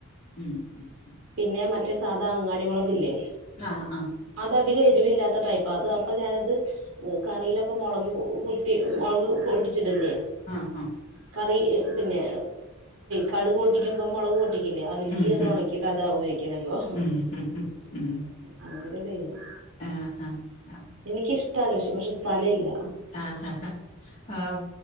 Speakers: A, on the left; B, on the right.
A: ഉം ഉം ഉം
B: പിന്നെ മറ്റേ സാധാ അങ്ങാടി മൊളകില്ലേ?
A: ആഹ്ആഹ്
B: അതധികം എരിവില്ലാത്ത ടൈപ്പാ അത് അപ്പൊ ഞാനത്- കറീലൊക്കെ മൊളക് കുത്തി മുളക് പൊട്ടിച്ചിടില്ലേ?
A: ആഹ് ആഹ്
B: കറി പിന്നെ കടുക് പൊട്ടിക്കുമ്പോ മൊളക് പൊ ട്ടിക്കില്ലേ അതിൽക്ക്
A: ഉം
B: അത്
A: ഉം
B: ഒണക്കിയിട്ട് അതാ ഉപയോഗിക്ക്ണ ഇപ്പൊ
A: ഉം ഉം ഉം ഉം.
B: അങ്ങനെക്കെ ചെയ്യണം
A: ആഹാ. ആ,
B: എനിക്കിഷ്ട്ടാണ് കൃഷി പക്ഷെ സ്ഥലയില്ല.
A: ആഹ് ഹാ ആഹ്